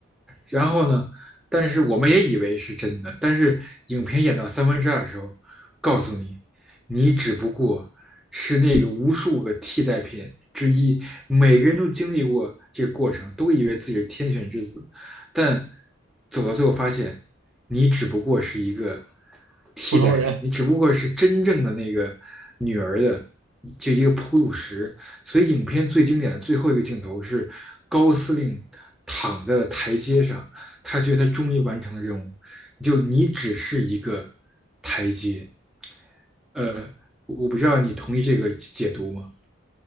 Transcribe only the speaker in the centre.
然后呢，但是我们也以为是真的，但是影片演到三分之二的时候，告诉你，你只不过是那个无数个替代品之一，每个人都经历过这个过程，都以为自己是天选之子，但走到最后发现，你只不过是一个替代品，
你只不过是真正的那个女儿的就一个铺路石。所以，影片最经典的最后一个镜头是高司令躺在了台阶上，他觉得他终于完成了任务。就你只是一个台阶，呃，我不知道你同意这个解读吗？